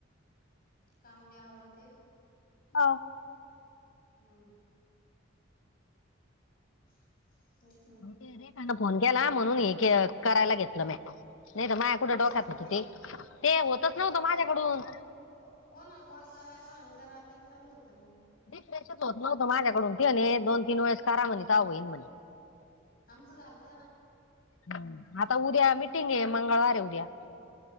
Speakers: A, on the left; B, on the left.
A: काम बी आवरते.
B: हा
A: हम्म <inaudible> तेच मग
B: ते रेखान फोन केला म्हणून हे करायला घेतलं म्या. नाही तर माझ कुठं डोक्यात
A: हा
B: होत
A: बाई
B: ते, ते होतच नव्हतं माझ्याकडून.
A: को-कोणाला कॉल करा, कोणाला करा तेच चालू होतं ना मग.
B: रिफ्रेशच होत नव्हतं माझ्याकडून तेने आणि दोन तीन वेळेस करा म्हणे का होईन म्हणे.
A: आमचं झालत
B: ह आता उद्या मिटिंग आहे मंगळवार आहे उद्या.